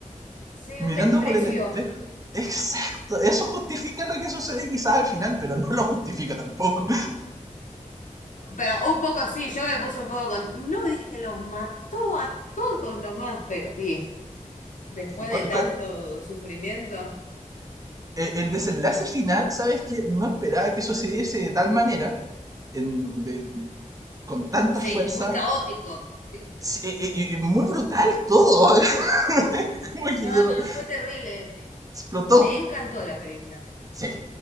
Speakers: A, on the left; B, on the right.
A: sí,
B: mirando
A: un desprecio.
B: por el espejo. Exacto, eso justifica lo que sucede quizás al final, pero no lo justifica tampoco.
A: Pero un poco sí, yo me puse un poco con... No dije, los mató a todos nomás, pero sí, es- después
B: Cu-
A: de tanto
B: cu-
A: sufrimiento.
B: e- el desenlace final, ¿sabes que No esperaba que sucediese de tal manera, en- de- con tanta
A: Sí,
B: fuerza.
A: muy caótico. sí.
B: Sí, y- y- y muy brutal todo. <laughs> Como
A: No,
B: que de re-
A: no, fue terrible. me
B: explotó.
A: me encantó la película.
B: Sí, eh,